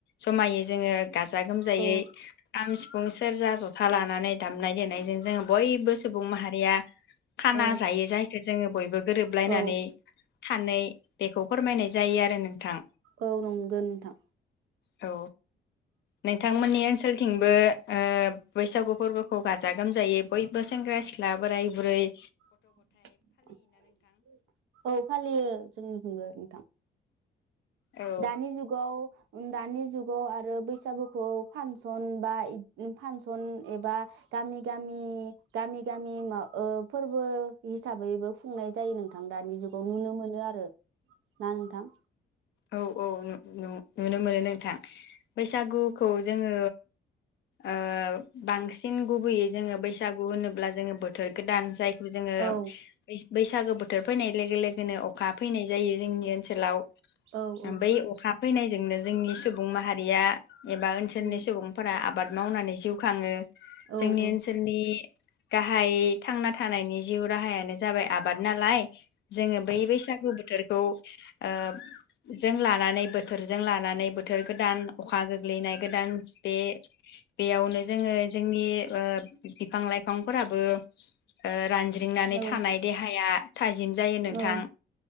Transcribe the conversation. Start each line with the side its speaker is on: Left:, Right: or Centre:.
Left: जमायो जोङो गाजा गोमजायै
Right: औ
Left: खाम सिफुं सेरजा जथा लानानै दामनाय देनायजों जोङो बयबो सुबुं माहारिया खाना
Right: औ
Left: जायो जायखौ जोङो बयबो गोरोबलायनानै
Right: औ
Left: थानै बेखौ फोरमायनाय जायो आरो नों थां
Right: औ नंगौ नोंथां
Left: औ नोंथांमोननि ओनसोल थिंबो ओ बैसागु फोरबोखौ गाजा गोमजायै बयबो सेंग्रा सिख्ला बोराय ब्रै
Right: <unintelligible> औ फालियो जोंनिथिंबो नोंथां ।
Left: औ
Right: दानि जुगाव दानि जुगाव आरो बैसागुखौ फांसन बा इ फांसन एबा गामि गामि गामि गामि मा ओ फोरबो हिसाबैबो खुंनाय जायो नोंथां दानि जुगाव नुनो मोनो आरो ना नोंथां?
Left: औ औ नु -नु -नुनो मोनो नोंथां बैसागुखौ जोङो ओ बांसिन गुबैयै जोंङो बैसागु होनोब्ला जोंङो बोथोर गोदान जाय बुजोङो
Right: औ
Left: बैस बैसागो बोथोर फैनाय लोगो लोगोनो अखा फैनाय जायो जोंनि ओनसोलाव
Right: औ औ
Left: ओम बै अखा फैनायजोंनो जोंनि सुबुं माहारिया एबा ओनसोलनि
Right: उम
Left: सुबुंफोरा आबाद मावनानै जिउ खाङो।
Right: औ
Left: जोंनि
Right: औ
Left: ओनसोलनि गाहाय थांना थानायनि जिउ राहायानो जाबाय आबाद नालाय जोङो बै बैसागु बोथोरखौ ओ जों लानानै बोथोरजों लानानै बोथोर गोदान अखा गोग्लैनाय गोदान बे बेयावनो जोङो जोंनि ओ बिफां लाइफांफोराबो ओ रानज्रिंनानै
Right: औ
Left: थानाय देहाया थाजिम जायो नोंथां
Right: औ